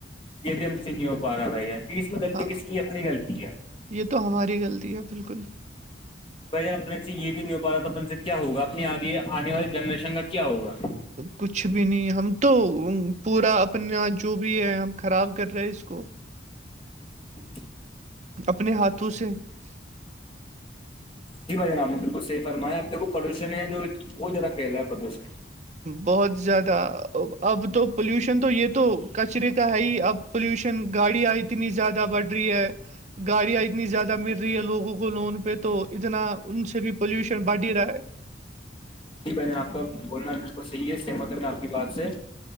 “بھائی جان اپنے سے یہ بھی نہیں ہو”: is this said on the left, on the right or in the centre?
Left